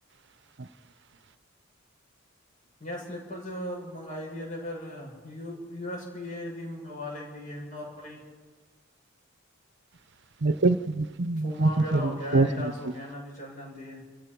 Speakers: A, on the right; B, on the left.
A: <inaudible>
B: ਜਾਂ ਸਲੀਪਰ ਚ ਮੰਗਵਾਾਈ ਦੀ ਇਹੇ ਫਿਰ U U S P A ਦੀ ਮੰਗਵਾ ਲਈ ਦੀ ਹੈ ਨੋਰਮਲੀ
A: <unintelligible>
B: ਫੂਮਾ ਵਗੈਰਾ
A: ਸਾਰੀ
B: ਹੋ ਗਿਆ
A: ਕੋਰਸ
B: ਐਡੀਡਾਸ
A: ਲਈ
B: ਹੋ
A: ਸੀ
B: ਗਿਆ ਇਹਨਾਂ ਦੀ ਚੱਲ ਜਾਂਦੀ ਹੈ